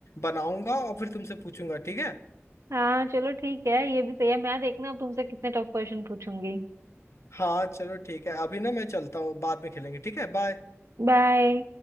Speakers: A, on the left (about 75°); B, on the right (about 80°).
A: बनाऊंगा और फिर तुमसे पूछूंगा ठीक है
B: हाँ चलो ठीक है ये भी सही है मैं देखना अब तुमसे कितने टफ क्वेश्चन पूछूंगी
A: हाँ चलो ठीक है अभी ना मैं चलता हूँ बाद में खेलेंगे ठीक है बाय
B: बाय